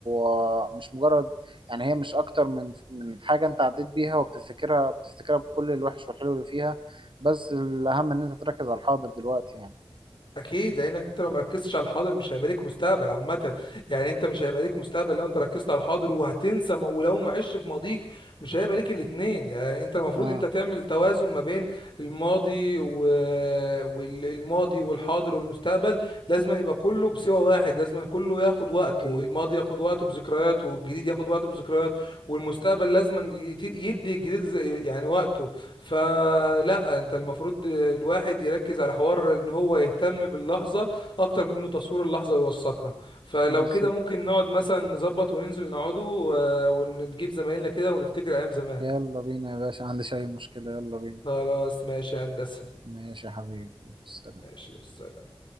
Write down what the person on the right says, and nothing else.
آه، مش مجرد يعني هي مش اكتر من من حاجه انت عديت بيها وبتفتكرها بتفتكرها بكل الوحش والحلو اللي فيها بس الاهم ان انت تركز على الحاضر دلوقتي يعني
اه
اوكي
بالظبط
يلا بينا يا باشا عندي أي مشكله يلا بينا
ماشي يا حبيبي ماشي سلام